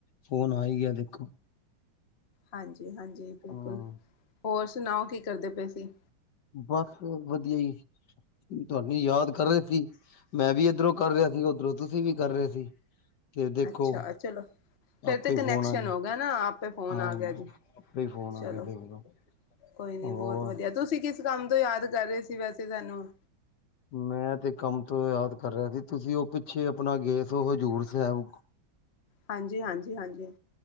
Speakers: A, on the left (about 60°); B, on the left (about 40°).
A: ਫੋਨ ਆ ਈ ਗਿਆ ਦੇਖੋ।
B: ਹਾਂਜੀ-ਹਾਂਜੀ, ਬਿਲਕੁੱਲ
A: ਹਾਂ
B: ਹੋਰ ਸੁਣਾਓ ਕੀ ਕਰਦੇ ਪਏ ਸੀ?
A: ਬਸ ਵਧੀਆ ਜੀ, ਤੁਹਾਨੂੰ ਯਾਦ ਕਰ ਰਹੇ ਸੀ। ਮੈਂ ਵੀ ਇੱਧਰੋਂ ਕਰ ਰਿਹਾ ਸੀ, ਉੱਧਰੋਂ ਤੁਸੀਂ ਵੀ ਕਰ ਰਹੇ ਸੀ। ਤੇ ਦੇਖੋ
B: ਅੱਛਾ-ਅੱਛਾ, ਚਲੋ। ਫਿਰ
A: ਆਪੇ
B: ਤੇ ਕਨੈਕਸ਼ਨ
A: ਫੋਨ ਆ
B: ਹੋ ਗਿਆ ਨਾ, ਆਪੇ ਫੋਨ
A: ਹਾਂ
B: ਆ ਗਿਆ ਜੀ,
A: ਆਪੇ ਹੀ ਫੋਨ ਆ
B: ਚਲੋ।
A: ਗਿਆ ਦੇਖ ਲੋ
B: ਕੋਈ ਨੀ
A: ਹੋਰ
B: ਬਹੁਤ ਵਧੀਆ, ਤੁਸੀਂ ਕਿਸ ਕੰਮ ਤੋਂ ਯਾਦ ਕਰ ਰਹੇ ਸੀ ਵੈਸੇ ਸਾਨੂੰ?
A: ਮੈਂ ਤੇ ਕੰਮ ਤੋਂ ਯਾਦ ਕਰ ਰਿਹਾ ਸੀ, ਤੁਸੀਂ ਉਹ ਆਪਣਾ ਗਏ ਸੋ ਹਜ਼ੂਰ ਸਾਹਿਬ
B: ਹਾਂਜੀ-ਹਾਂਜੀ-ਹਾਂਜੀ।